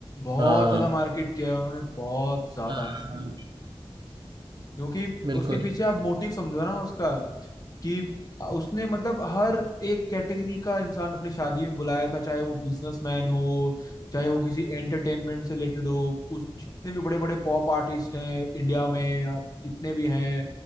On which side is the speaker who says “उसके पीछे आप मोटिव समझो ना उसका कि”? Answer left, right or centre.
Left